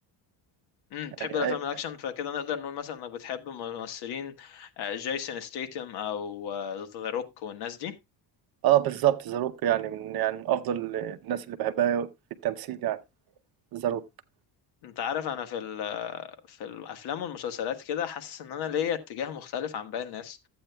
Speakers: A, on the left; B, on the right.
A: امم تحب
B: يعني
A: الافلام
B: أي-
A: الاكشن فكده نقدر نقول مثلا انك بتحب ممثلين آه، جيسون ستيتم او ذا روك والناس دي
B: آه بالظبط ذا روك يعني من يعني من أفضل الناس اللي بحبها في التمثيل يعني ذا روك
A: انت عارف انا في ال في الافلام والمسلسلات كده حاسس ان انا ليا اتجاه مختلف عن باقي الناس